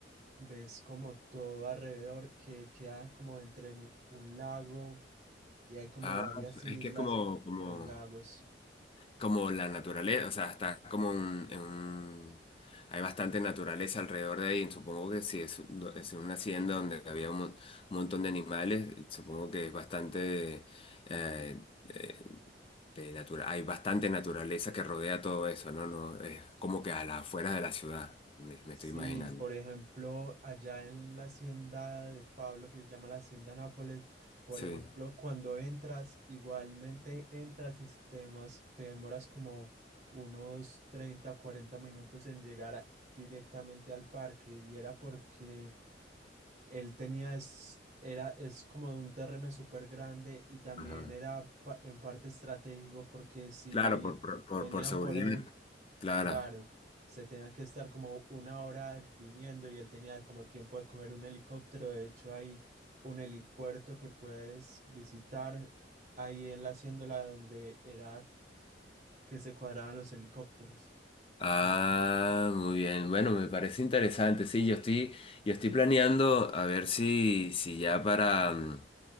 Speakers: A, on the right (about 40°); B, on the left (about 30°).
A: ves como todo alrededor que queda como entre en u- un lago y hay como
B: ah,
A: varias islas
B: es que es como,
A: en
B: como,
A: los lagos.
B: como la naturaleza, o sea, está como un- en un... Hay bastante naturaleza alrededor de ahí, supongo que si es, un- es una hacienda donde había un, mon- un montón de animales, supongo que es bastante... eh, eh, de natura- hay bastante naturaleza que rodea todo eso, ¿no? No, es como que a las afueras de la ciudad, me, me
A: Sí,
B: estoy imaginando.
A: por ejemplo, allá en la hacienda de Pablo, que se llama la Hacienda Nápoles, por
B: Sí.
A: ejemplo, cuando entras, igualmente entras y te demoras, te demoras como unos 30 o 40 minutos en llegar a- directamente al parque y era porque él tenía, es, era, es como un terreno súper grande y también
B: Ajá.
A: era pa- en parte estratégico porque si
B: Claro, por, por, por
A: venían
B: por seguridad.
A: por él
B: Claro.
A: Claro, se tenían que estar como una hora viniendo y él tenía como tiempo de coger un helicóptero. De hecho, hay un helipuerto que puedes visitar ahí en la haciéndola donde era que se cuadraban los helicópteros.
B: Ah, muy bien. Bueno, me parece interesante. Sí, yo estoy, yo estoy planeando a ver si, si ya para, mm,